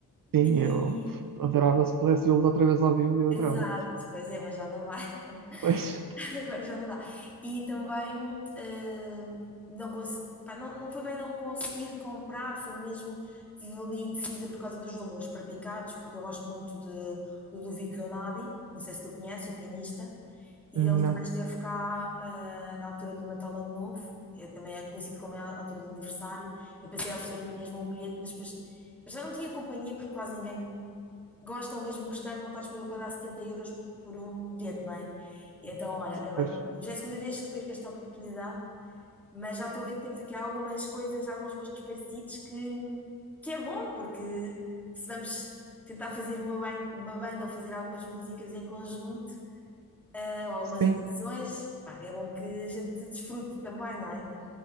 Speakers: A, on the right (about 65°); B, in the centre.
A: Sim,
B: E,
A: eu adorava se pudesse vê-los outra vez ao vivo, eu
B: exato,
A: adorava.
B: pois é, mas já não vai, <laughs>
A: Pois,
B: agora já não dá. E também eh, não consegui, pá, não, não foi bem não conseguir comprar, foi mesmo, estive ali indecisa por causa dos valores praticados, porque eu gosto muito de, do Ludovico Einaudi, não sei se tu conheces, o pianista, e
A: não.
B: ele também esteve cá eh, na altura do Natal Ano Novo, eh, também é conhecido como é a altura do aniversário, e pensei em oferecer-me mesmo um bilhete, mas depois mas já não tinha companhia porque quase ninguém gosta ou mesmo gostando, não está disponível para dar 70 euros por um bilhete, não é? E então, olha, acabei
A: Pois,
B: por... Já é a segunda vez que perco esta oportunidade, mas já estou a ver que temos aqui algumas coisas, alguns gostos parecidos que, que é bom, porque se vamos tentar fazer uma, ban- uma banda ou fazer algumas músicas em conjunto, eh, ou algumas
A: sim.
B: atuações, pá, é bom que a gente desfrute também, não é?